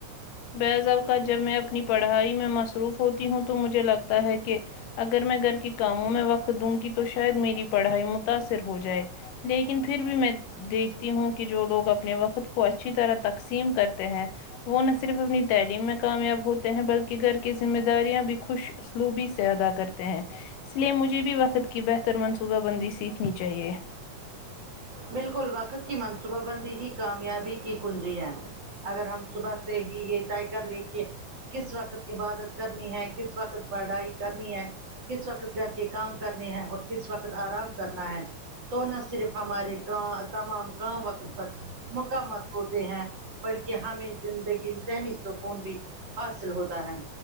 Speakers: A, on the left; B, on the right.
A: بعض اوقا جب میں اپنی پڑھائی میں مصروف ہو تی ہوں تو مجھے لگتا ہے کہ اگر میں گھر کے کاموں میں وقت کھ دوں گی تو شاید میری پڑھائی متاثر ہو جائے لیکن پھر بھی میں دیکھتی ہوں کہ جو لوگ اپنے وقت کو اچھی طرح تقسیم کرتے ہیں وہ نہ صرف اپنی تعلیم میں کامیاب ہوتے ہیں بلکہ گھر کی ذمہ داریاں بھی خوش سلوبی سے ادا کرتے ہیں اس لیے مجھے بھی وقت کی بہتر منصوبہ بندی س نی چاہیے
B: بالکل وقت کی منصوبہ بندی ہی کامیابی کی کنجی ہے اگر ہم صبح سے ہی یہ طے کر لے کے کس وقت عبادت کرنی ہے کس وقت پڑھائی کرنی ہے کس وقت گھر کے کام کرنے ہیں اور کس وقت آرام کرنا ہے تو نہ صرف ہمارے تمام کام وقت پر مقامات ہوتے ہیں بلکہ ہمیں زندگی ذہنی سکون بھی حاصل ہوتا ہے